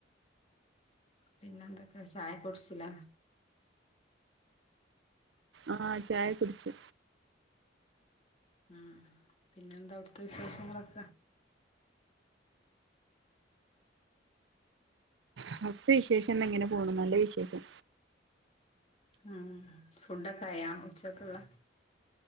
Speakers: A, on the left; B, on the right.
A: പിന്നെ എന്തൊക്കെ ചായ കുട്ച്ലേ
B: ആ ചായ കുടിച്ചു
A: ഉ പിന്നെന്താ അവിടുത്തെ വിശേഷങ്ങളൊക്കെ
B: അവിടുത്തെ വിശേഷം ഇങ്ങനെ പോകുന്നുന്റെ വിശേഷം
A: ഉം ഫുഡൊക്കെ ആയാ ഉച്ചക്കെുള്ള